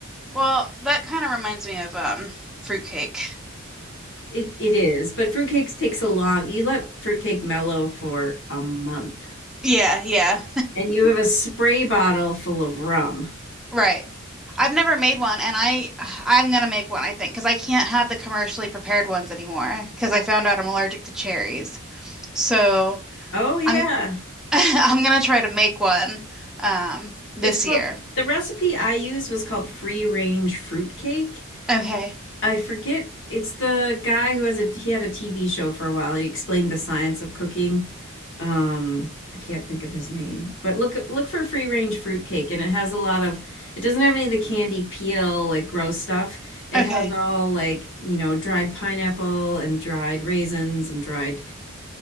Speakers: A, in the centre; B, on the left.
A: Well, that kind of reminds me of um fruit cake.
B: It it is, but fruitcakes takes a long you let fruitcake mellow for a month,
A: Yeah, yeah.
B: and you have a spray bottle full of rum.
A: Right. I've never made one and I I'm gonna make one I think because I can't have the commercially prepared ones anymore because I found out I'm allergic to cherries. So
B: Oh yeah.
A: I'm <laughs> I'm gonna try to make one um this
B: It's called
A: year.
B: the recipe I used was called free range fruitcake,
A: Okay.
B: I forget it's the guy who has a he had a TV show for a while. He explained the science of cooking. Um, I can't think of his name, but look look for free range fruitcake, and it has a lot of. It doesn't have any of the candy peel like gross stuff. It
A: Okay.
B: has all like you know dried pineapple and dried raisins and dried